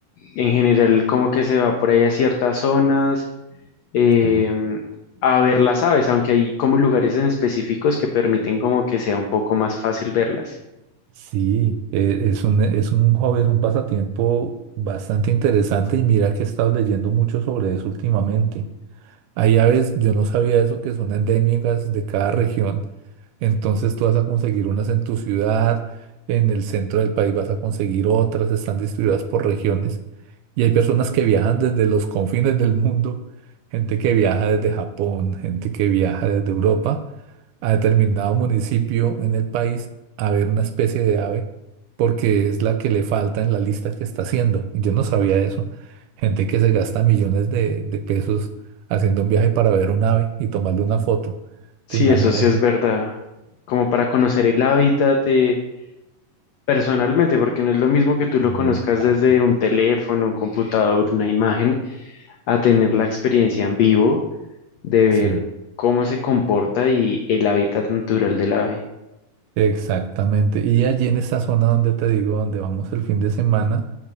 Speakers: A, on the left; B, on the right.
A: en general como que se va por ahí a ciertas zonas em,
B: Sí.
A: a ver las aves, aunque hay como lugares en específicos que permiten como que sea un poco más fácil verlas.
B: Sí, e- es un, es un hobby, es un pasatiempo bastante interesante y mira que he estado leyendo mucho sobre eso últimamente. Hay aves, yo no sabía eso, que son endémicas de cada región entonces tú vas a conseguir unas en tu ciudad, en el centro del país vas a conseguir otras, están distribuidas por regiones. Y hay personas que viajan desde los confines del mundo, gente que viaja desde Japón, gente que viaja desde Europa a determinado municipio en el país a ver una especie de ave porque es la que le falta en la lista que está haciendo. Y yo no sabía eso. Gente que se gasta millones de, de pesos haciendo un viaje para ver un ave y tomarle una foto.
A: Sí,
B: ¿Te imaginas?
A: eso sí es verdad, como para conocer el hábitat de- personalmente, porque no es lo mismo que tú lo
B: Exacto.
A: conozcas desde un teléfono, un computador, una imagen, a tener la experiencia en vivo de ver
B: Sí,
A: cómo se comporta y el hábitat natural del ave.
B: exactamente. Y allí en esa zona donde te digo, donde vamos el fin de semana,